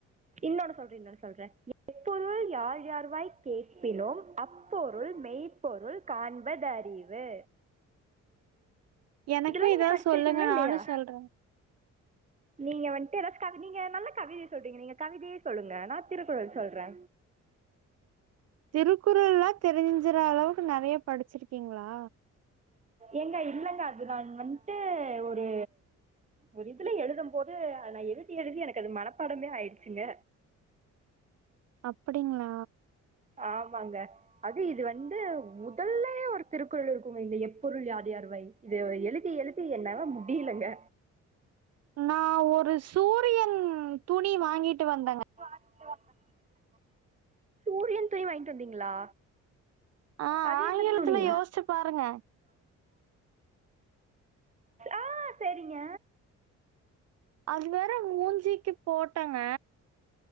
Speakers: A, on the right; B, on the right.
A: இன்னொன்னு சொல்றே இன்னொன் சொல்றே எப்பொருள் யார் யார்வாய் கேட்பினும் அப் அப்பொருள் மெய் பொருள் காண்பதறிவு
B: எனக்கு
A: இதெல்லா நீங்க
B: ஏதாவது
A: படிச்சிருக்கீங்ளா
B: சொல்லுங்க
A: இல்லையா
B: நானு சொல்றே
A: நீங்க வன்ட்டு கவி நீங்க நல்ல கவிதை சொல்றீங்க நீங்க கவிதையே சொல்லுங்க நா திருக்குறள் சொல்றே
B: திருக்குறள்ல்லா தெரிஞ்சற அளவுக்கு நெறைய படிச்சிருக்கீங்ளா
A: ஏங்க இல்லங்க அது தா வன்ட்டு ஒரு ஒரு இதுல எழுதும் போது நா எழுதி எழுதி எனக்கு அது மனப்பாடமே ஆயிட்ச்சுங்க
B: அப்டிங்களா
A: ஆமாங்க அது இது வந்து முதல்லயே ஒரு திருக்குறள் இருக்குங்க இந்த எப்பொருள் யார் யார்வாய் இது எழுதி எழுதி என்னால முடியலங்க
B: நா ஒரு சூரியன் துணி வாங்கிட்டு வந்தேங்க
A: <inaudible> பூரியன் துணி வாங்கிட்டு வந்தீங்களா
B: ஆ
A: அது
B: ஆங்கிலத்துல
A: என்ன துணி
B: யோசிச்சு பாருங்க
A: ஆ செரிங்க
B: அது வேற மூஞ்சிக்கு போட்டங்க